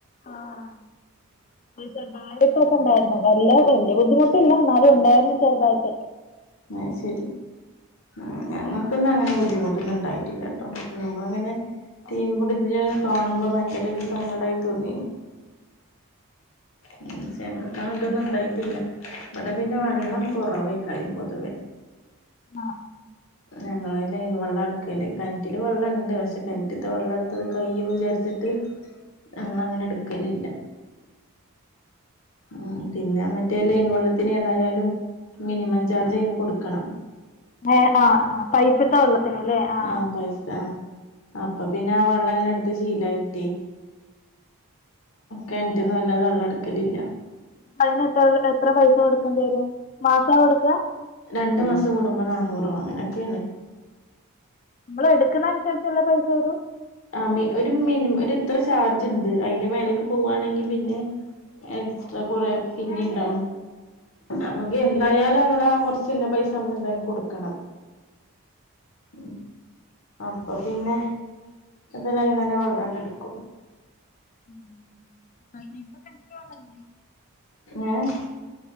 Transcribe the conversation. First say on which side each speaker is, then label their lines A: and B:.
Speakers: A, on the left (about 35°); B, on the left (about 65°).
A: ആഹ് ഇവ്ടെ ചെർതായിട്ടൊക്കെ ഇണ്ടായിരുന്നു വല്ല വല്യ ബുദ്ധിമുട്ടില്ല എന്നാലും ഉണ്ടായിരുന്നു ചെറുതായിട്ട്
B: അയ് ശരി ഉം ഞങ്ങൾക്ക്ന്നാ അങ്ങനെ ബുദ്ധിമുട്ടൊന്നും ഇണ്ടായിട്ടില്ലട്ടോ നമ്മളങ്ങനെ ടീവി കൂടെ ഇത് ഇങ്ങനെ കാണുമ്പോ ഭയങ്കരൊരു സങ്കടായി തോന്നിനി ഉം ഞങ്ങൾക്കന് ത്തൊന്നും ഇണ്ടായിട്ടില്ല ഇവടെ പിന്നെ വള്ളം കൊറെവേക്കാരം പൊതുവേ
A: ആഹ്
B: ഞങ്ങള് ലൈൻ വെള്ള ഇട്ക്കല് കെണ്റ്റ്ല് വെള്ളണ്ട് പക്ഷെ കെൻറ്റ്ത്തെ വെള്ളട്ത്തത് കയ്യോ വിചാരിച്ചി ത് ഞങ്ങളങ്ങനെ ഇട്ക്കലില്ല ഉം പിന്നെ മ മറ്റേ ലൈൻ
A: പൈപ്പിലെ
B: വെള്ളത്തിന്
A: വെള്ളം
B: ഏതായാലും മിനിമം
A: തീരെ
B: ചാർജ് അയ്ന് കൊട്ക്കണം
A: ഏഹ് ആഹ് ആഹ് പൈപ്പ്ത്തെ വെള്ളത്തിന് ല്ലേ ആ
B: ആഹ് പൈസാ ആ അപ്പൊ പിന്നെ ആ വെള്ളങ്ങനെ ഇട്ത്ത് ശീലായിട്ടേ കെൻറ്റ്ന്ന് വല്ലാതെ വെള്ളം ഇട്ക്കലില്ല
A: അതിനെത്ര എത്ര പൈസ കൊടുക്കേണ്ടി വരും മാസാ കൊടുക്ക
B: രണ്ടു മാസം കൂടുമ്പോ നാന്നൂറോ അങ്ങനൊക്കെണ്
A: ഇമ്മൾ എട്ക്ക്ന്ന അൻസര്ച്ച്ള്ള പൈസ വരും
B: ആഹ് മി ഒരു മിനിമം ഒരു ഇത്ര ചാർജ് ഉണ്ട് അയ്ന്റെ മേലേക്ക് പോവാണെങ്കിൽ പിന്നെ എക്സ്ട്രാ കൊറെ പിന്നെണ്ടാവും അമ എന്തായാലും ങ്ങനെ കുറച്ചില്ല പൈസ നമ്മളന്തായാലും കൊടുക്കണം. ഉം അപ്പൊ പിന്നെ അത് ഞാൻ അയ്‌ന്നഞ്ഞേ വെള്ളാണ്ട്ട്ക്കും
A: ഉം ആഹ് ഇപ്പൊ കിണറ്റിൽ വെള്ളല്ലേ
B: ഏഹ്